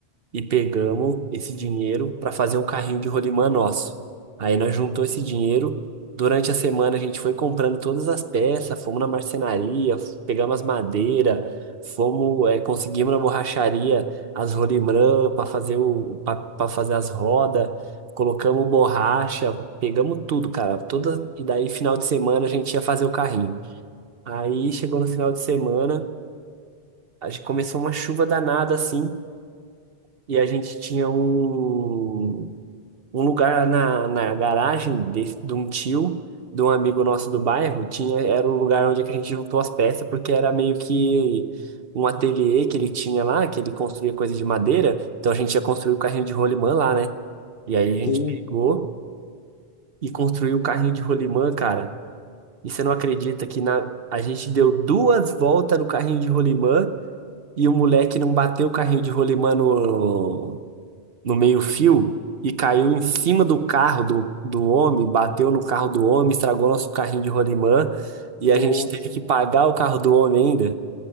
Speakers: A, on the right; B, on the left.
A: e pegamos esse dinheiro para fazer um carrinho de rolimã nosso. Aí nós juntou esse dinheiro. Durante a semana a gente foi comprando todas as peças, fomos na marcenaria, f- pegamos as madeiras, fomos, eh, conseguimos na borracharia as rolimã para fazer o para fazer as rodas, colocamos borracha, pegamos tudo, cara. Toda, e daí final de semana a gente ia fazer o carrinho. Aí chegou no final de semana, a gente começou uma chuva danada assim. E a gente tinha um, um lugar na, na garagem de, de um tio, de um amigo nosso do bairro, tinha, era o lugar onde que a gente juntou as peças, porque era meio que um ateliê que ele tinha lá, que ele construía coisa de madeira, então a gente ia construir o carrinho de rolimã lá, né? E aí a gente
B: Sim,
A: pegou
B: pô.
A: e construiu o carrinho de rolimã, cara. E você não acredita que na, a gente deu duas voltas no carrinho de rolimã e o moleque não bateu o carrinho de rolimã no, no meio-fio e caiu em cima do carro do, do homem, bateu no carro do homem, estragou nosso carrinho de rolimã e
B: Nossa,
A: a gente teve que pagar o carro do homem ainda.